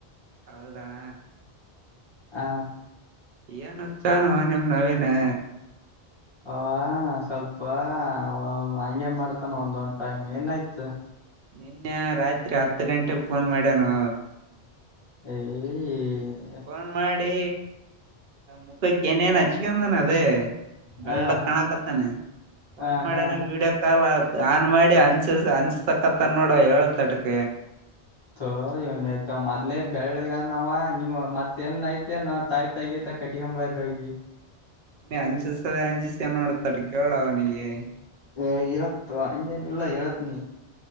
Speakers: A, on the right; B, on the left.
A: ಹೌದ ಅಣ್ಣಾ
B: ಹಾ
A: ಏನ್ ಹುಚ್ಚ ಆನೊ ನಿಮ್ಮನವೀನಾ
B: ಅವಾ ಸ್ವಲ್ಪ ಅವಾ ಹಂಗೆ ಮಾಡ್ತಾನ ಒಂದೊಂದ್ ಟೈಮ್ ಏನಾಯ್ತು
A: ನಿನ್ನೆ ರಾತ್ರಿ ಹತ್ತು ಗಂಟೆಗೆ ಫೋನ್ ಮಾಡ್ಯನು
B: ಏ ಏ
A: ಫೋನ್ ಮಾಡಿ ಮುಖಕ್ಕೆ ಏನೇನ್ ಹಚ್ಕಂದನ ಅದೇ ಬೆಳ್ಳಗ
B: ಹ
A: ಕಾಣಕತ್ತಯಾನ ಫೋನ್
B: ಹ
A: ಮಾಡಿಯಾನು
B: ಹಾ
A: ವಿಡಿಯೋ ಕಾಲ್ ಮಾಡಿದ್ದ ಆನ್ ಮಾಡಿ ಅಂಜ ಸಕ್ಕತ್ತಾನ ಹೇಳತಟಕ
B: ತೋ ಇವನಯ್ತ ಮೊದ್ಲೇ ಬೆಳ್ಳಗನವಾ ನೀವು ಮತ್ತೇನ್ ಐತೆ ನ ತಾಯಿತಾಗಿತಾ ಕಟ್ಕೊಂಡ ಬರೀ ಹೋಗಿ
A: ಅಂಜಿದ ಸ ಅಂಜಿದ ಸವನೋಡ ಕೇಳುವರಿಗೆ
B: ಏ ಇರುತ್ ತೊಗೊ ಹಂಗೆನ್ ಇಲ್ಲಾ ಹೇಳ್ತೀನಿ